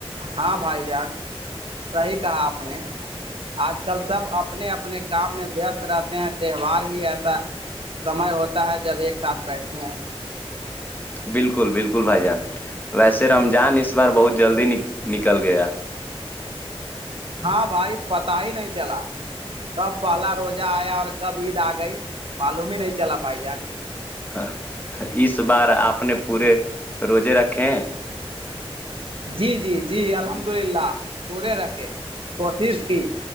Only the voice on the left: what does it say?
بالکل بالکل بھائی جان ویسے رمضان اس بار بہت جلدی نکل گیا
ہ اس بار آپ نے پورے روزے رکھے ہیں